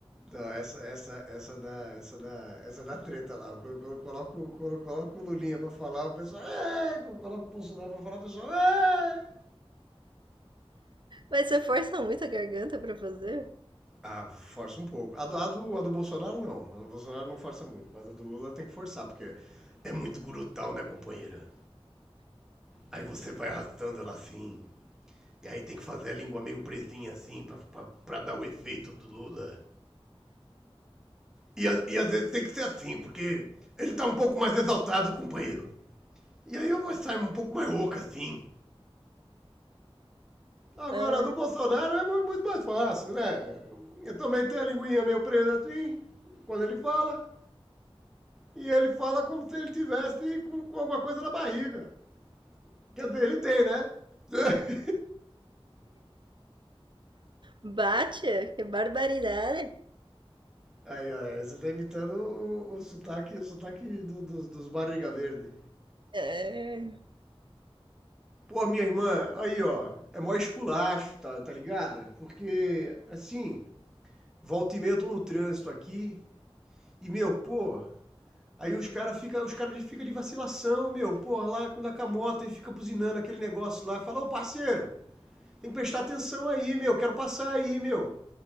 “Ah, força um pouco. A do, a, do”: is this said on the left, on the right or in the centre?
Centre